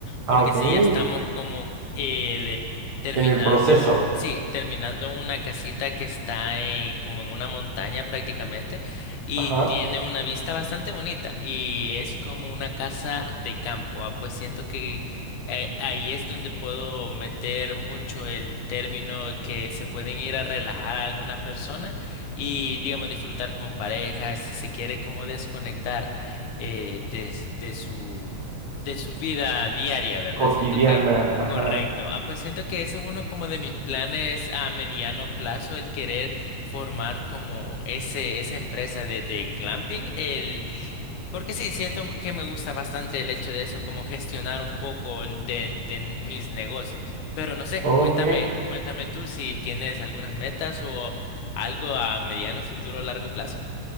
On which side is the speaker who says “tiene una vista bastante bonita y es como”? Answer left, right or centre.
Left